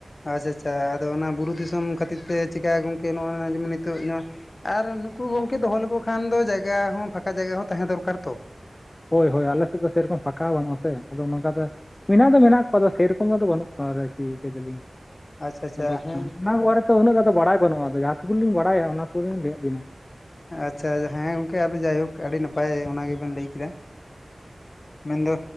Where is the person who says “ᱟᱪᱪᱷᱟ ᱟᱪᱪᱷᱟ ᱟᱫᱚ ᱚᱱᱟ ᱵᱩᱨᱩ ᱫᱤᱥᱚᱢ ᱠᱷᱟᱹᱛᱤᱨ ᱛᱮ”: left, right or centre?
Left